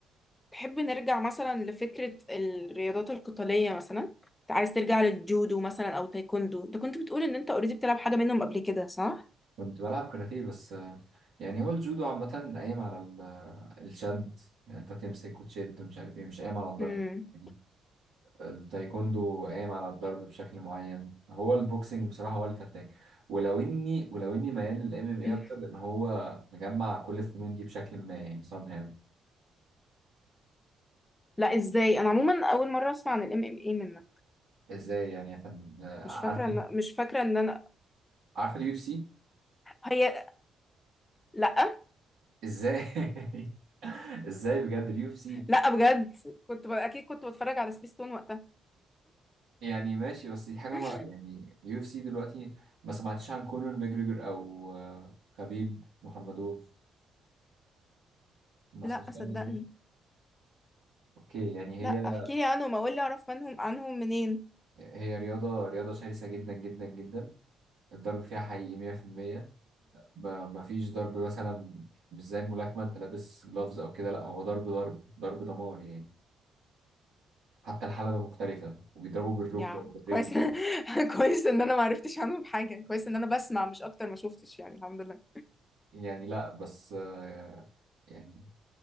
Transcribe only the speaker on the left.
تحب نرجع مثلا لفكرة الرياضات القتالية مثلا انت عايز ترجع للجودو مثلا او تايكوندو انت كنت بتقول ان انت اوريدي بتلعب حاجة منهم قبل كده صح؟
امم
<laughs>
لا ازاي انا عموما اول مرة اسمع عن الام ام اي منك
مش
فاكرة ان مش فاكرة ان انا
هي لا
لا بجد كنت ب... اكيد كنت بتفرج على سبيستون وقتها
<laughs>
لا
صدقني
لا احكي لي عنهم اقول لي اعرف منهم عنهم منين
يا
كويس <laughs> كويس ان انا ما عرفتش عنهم حاجه كويس ان انا بسمع مش اكتر ما شفتش يعني الحمد لله